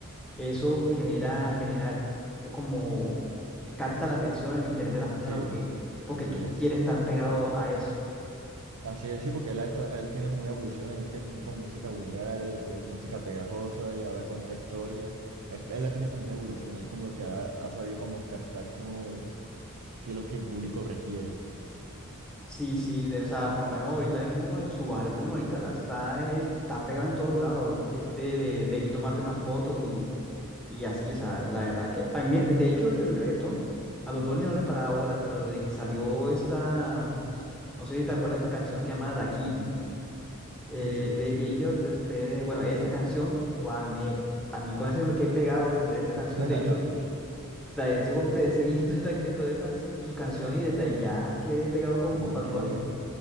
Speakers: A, in the centre; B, on the right.
A: eso genera, genera como capta la atención, el interés de las personas
B: Sí,
A: porque, porque
B: así
A: tú
B: es.
A: quieres estar pegado a eso.
B: Así es, sí, porque él, ha esta- él tiene como una evolución, él que empezó con música vulgar, eh, pues, música pegajosa y ahora cuenta historias. Él, él ha tenido como una evolución, él como que ha, ha sabido como captar como qué es lo que el público requiere.
A: Sí, sí, de, o sea, por lo menos ahorita mismo eh, su álbum ahorita la está, eh, está pegado en todos lados. eh, Este de debí tomarte más fotos y, y así, o sea, la verdad que a mí, de hecho, el reggaetón, a Bad Bunny no le paraba bolas, pero desde que salió esta, no sé si te acuerdas de esa canción que llama Da Kitty, eh,
B: Sí, sí,
A: Baby,
B: sí.
A: yo te esperé. Bueno, esa canción, guau, me, a mí con esa yo me quedé pegado de esa canción,
B: <laughs>
A: de hecho. Trae, seguí <laughs> todas esas todas esas sus sus canciones y desde allá quedé pegado con,
B: Sino
A: con Bad
B: que...
A: Bunny.